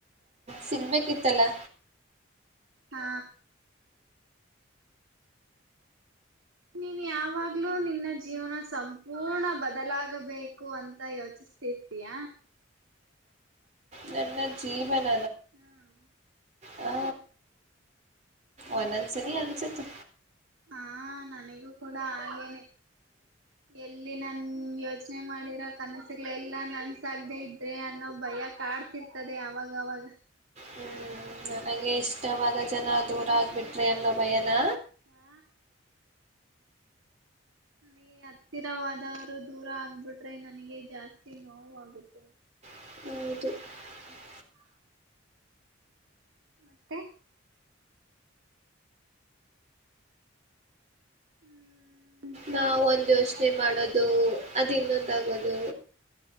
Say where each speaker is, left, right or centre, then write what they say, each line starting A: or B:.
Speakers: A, on the right; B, on the right.
A: ಸಿಗ್ಬೇಕಿತ್ತಲ್ಲ.
B: ಹಾ. ನೀನ್ ಯಾವಾಗ್ಲೂ ನಿನ್ನ ಜೀವನ ಸಂಪೂರ್ಣ ಬದಲಾಗಬೇಕು ಅಂತ ಯೋಚಿಸತಿರ್ತೀಯ.
A: ನನ್ನ ಜೀವನ.
B: ಹ್ಮ್.
A: ಹಾ ಒಂದೊಂದು ಸಲ ಅನ್ಸುತ್ತೆ.
B: ಹಾ ನನಗೂ ಕೂಡ ಹಾಗೇನೆ ಎಲ್ಲಿ ನನ್ ಯೋಚನೆ ಮಾಡಿರೋ ಕನಸುಗಳೆಲ್ಲಾ ನನ್ಸ ಆಾಗದೆೇ ಇದ್ರೆ ಅನ್ನೋ ಭಯ ಕಾಡ್ತಿರ್ತದೆ ಅವಾಗವಾಗ.
A: ಹ್ಮ್ ನನಗೆ ಇಷ್ಟವಾದ ಜನ ದೂರ ಆಗ್ಬಿಟ್ರಿ ಅನ್ನೋ ಭಯನ.
B: ಹಾ. ನನಗೆ ಹತ್ತಿರವಾದವರು ದೂರ ಆಗ್ಬಿಟ್ರೆ ನನಗೆ ಜಾಸ್ತಿ ನೋವು ಆಗುತ್ತೆ.
A: <inaudible>
B: ಮತ್ತೆ. ಹ್ಮ್.
A: ನಾವ ಒಂದ್ ಯೋಚನೆ ಮಾಡೋದು ಅದು ಇನ್ನೊಂದಾಗೋದು.